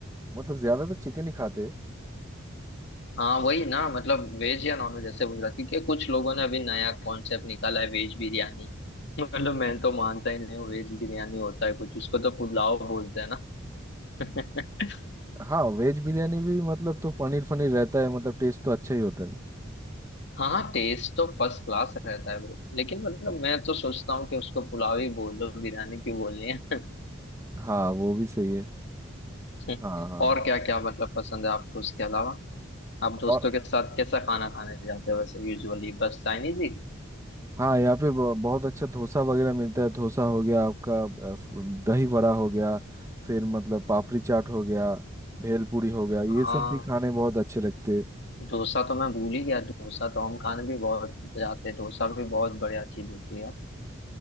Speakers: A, on the right (about 15°); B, on the left (about 60°).
A: मतलब ज्यादा तो चिकन ही खाते
B: हाँ वही ना मतलब वेज या नॉन वेज ऐसे पूछ रहा क्योंकि कुछ लोगों ने अभी नया कॉन्सेप्ट निकाला है वेज बिरयानी मतलब मैं तो मानता ही नहीं हूँ वेज बिरयानी होता है कुछ उसको तो पुलाव बोलते हैं ना <laughs>
A: हाँ वेज बिरयानी भी मतलब तो पनीर फनीर रहता है मतलब टेस्ट तो अच्छा ही होता है
B: हाँ टेस्ट तो फर्स्ट क्लास रहता है ब्रो लेकिन मतलब मैं तो सोचता हूँ कि उसको पुलाव ही बोल दो बिरयानी क्यों बोलनी है
A: हाँ वो भी सही है
B: <laughs>
A: हाँ हाँ
B: और क्या क्या मतलब पसंद है आपको उसके अलावा आप दोस्तों
A: और
B: के साथ कैसा खाना खाने जाते हो वैसे यूजुअली बस चाइनीज ही
A: हाँ यहाँ पे ब- बहुत अच्छा डोसा वगैरह मिलता है डोसा हो गया आपका अ, फ- दही वड़ा हो गया फिर मतलब पापड़ी चाट हो गया भेलपूरी हो गया ये
B: हाँ
A: सब भी खाने बहुत अच्छे लगते हैं।
B: डोसा तो मैं भूल ही गया डोसा तो हम खाने भी बहुत जाते हैं डोसा भी बहुत बढ़िया चीज होती है